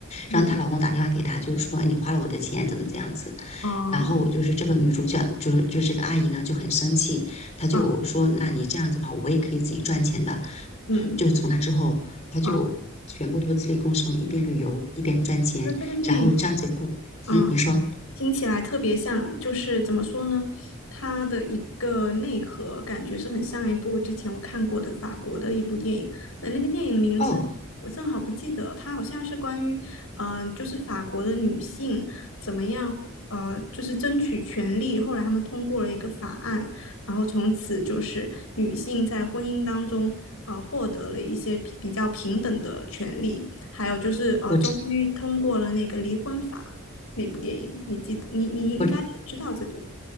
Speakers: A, on the left; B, on the left.
A: 嗯，
B: 然后她老公打电话给她，就是说、哎你花了我的钱，怎么这样子？
A: 哦，
B: 然后就是这个女主角，就是就是这个阿姨呢就很生气，她就说那你这样子的话，
A: 啊
B: 我也可以自己赚钱的。
A: 嗯
B: 就从那之后，他就全部都自力更生，
A: 啊，
B: 一边旅游一边赚钱，
A: 那这个电影，
B: 然后这样子过。
A: 嗯
B: 嗯，你说
A: 听起来特别像，就是怎么说呢？它的一个内核感觉是很像一部之前我看过的法国的一部电影，那那个电影的名字我正好不记得了，
B: 哦，
A: 它好像是关于，嗯、就是法国的女性怎么样，呃，就是争取权利，后来他们通过了一个法案，然后从此就是女性在婚姻当中，呃，获得了一些比比较平等的权利，还有就是呃，
B: 我知
A: 终于通过了那个离婚法。那部电影，你记得你你应该也知道这部，
B: 我